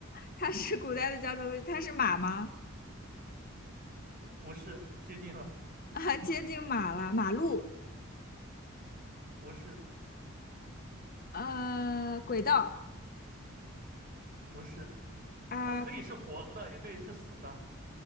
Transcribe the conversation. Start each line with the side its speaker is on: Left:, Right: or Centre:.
Left: 它是古代的交通工具，它是马吗？
Right: 不是，接近了，
Left: <laughs> 啊，接近马了，马路，
Right: 不是，
Left: 呃，轨道
Right: 不是，
Left: 啊，
Right: 它可以是活的，也可以是死的。